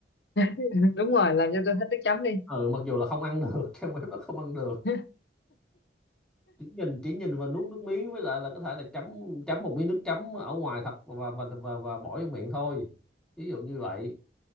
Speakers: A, on the left (about 70°); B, in the centre.
A: <laughs> đúng rồi làm cho tôi hết nước chấm đi
B: Ừ, mặc dù là không ăn được <laughs> trang web đó không ăn được
A: <laughs>
B: chỉ nhìn chỉ nhìn và nuốt nước miếng với lại là có thể là chấm chấm một miếng nước chấm ở ngoài thật và và và, và bỏ vô miệng thôi ví dụ như vậy